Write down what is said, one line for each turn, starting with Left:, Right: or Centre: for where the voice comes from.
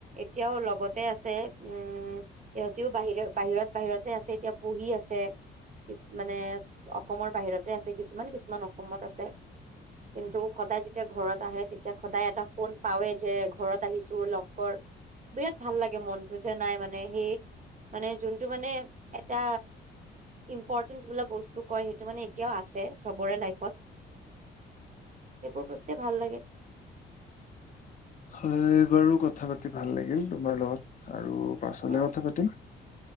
Right: এতিয়াও লগতে আছে উম সিহঁতেও বাহিৰত বাহিৰত বাহিৰতে আছে এতিয়া পঢ়ি আছে। কিছু মানে অসমৰ বাহিৰতে আছে কিছুমান কিছুমান অসমত আছে। কিন্তু সদায় যেতিয়া ঘৰত আহে তেতিয়া সদায় এটা ফোন পাৱওে যে ঘৰত আহিছোঁ লগ কৰ। বিৰাট ভাল লাগে মনটো যে নাই মানে সেই মানে যোনটো মানে এটা ইম্পট বস্তু কয় সেইটো মানে এতিয়াও আছে চবৰে লাইফত সেইবোৰ বস্তুৱে ভাল লাগে
Left: হয় বাৰু কথা পাতি ভাল লাগিল তোমাৰ লগত আৰু পাছলে
Right: অ
Left: কথা পাতিম